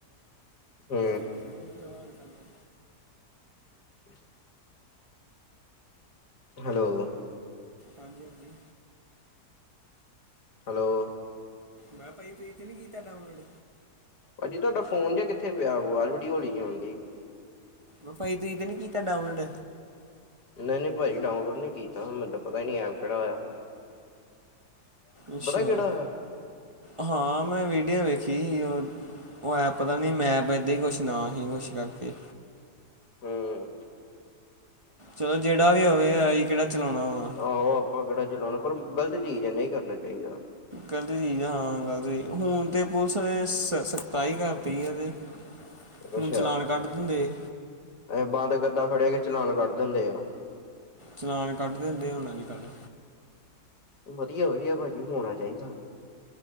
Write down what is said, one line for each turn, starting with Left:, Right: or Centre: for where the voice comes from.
Left: ਹੂ
Right: ਨੂੰ ਜ਼ਰੂਰ ਖਿਲਵਾ ਕੇ ਕਰਨਾ
Left: <inaudible> ਹੈਲੋ
Right: ਹਾਂਜੀ ਹਾਂਜੀ
Left: ਹੈਲੋ
Right: ਮੈਂ ਭਾਜੀ ਤੁਸੀਂ ਤਾਂ ਨੀ ਕੀਤਾ ਕੰਮ ਅੱਡ
Left: ਭਾਜੀ ਤੁਹਾਡਾ ਫੋਨ ਜਿਹਾ ਕਿੱਥੇ ਪਿਆ ਵਾਜ ਹੌਲੀ ਜੀ ਆਣ ਦੀ
Right: ਉਹ ਭਾਜੀ ਤੁਸੀਂ ਤਾਂ ਨਹੀਂ ਕੀਤਾ ਡਾਊਨਲੋਡ
Left: ਨਹੀਂ ਨਹੀਂ ਭਾਜੀ ਡਾਊਨਲੋਡ ਨਹੀਂ ਕੀਤਾ ਮੈਨੂੰ ਪਤਾ ਹੀ ਨੀ ਐਪ ਕਿਹੜਾ ਹੋਇਆ
Right: ਅੱਛਾ
Left: ਕਿਹੜਾ ਆ।
Right: ਹਾਂ ਮੈਂ ਵੀਡੀਓ ਵੇਖੀ ਸੀ ਉਹ ਉਹ ਐ ਪਤਾ ਨੀ ਮੈਪ ਏਦਾਂ ਹੀ ਕੁਛ ਨਾ ਸੀ ਕੁਛ ਕਰਕੇ
Left: ਹਮ
Right: ਚਲੋ ਜਿਹੜਾ ਵੀ ਹੋਵੇ ਅਸੀ ਕਿਹੜਾ ਚਲਾਉਣਾ ਹੋਣਾ
Left: ਆਹੋ ਆਪਾਂ ਕਿਹੜਾ ਚਲਾਉਣਾ ਪਰ ਗ਼ਲਤ ਚੀਜ਼ ਹੈ ਨਹੀਂ ਕਰਨਾ ਚਾਹੀਦਾ
Right: ਗਲਤ ਚੀਜ਼ ਹਾਂ ਗਲਤ ਹੁਣ ਤੇ ਪੁਲਿਸ ਨੇ ਸਖਤਾਈ ਕਰਤੀ ਆ ਤੇ
Left: <inaudible>
Right: ਹੁਣ
Left: ਅੱਛਾ
Right: ਚਲਾਨ ਕੱਟ ਦਿੰਦੇ
Left: ਇਹ ਬਾਲਕ ਇਦਾਂ ਫੜਿਆ ਕੇ ਚਲਾਨ ਕੱਢ ਦਿੰਦੇ ਆ
Right: ਚਲਾਨ ਕੱਢ ਦਿੰਦੇ ਹੁਣ ਅੱਜ ਕੱਲ੍ਹ
Left: ਵਧੀਆ ਵਧੀਆ ਭਾਜੀ ਹੋਣਾ ਚਾਹੀਦਾ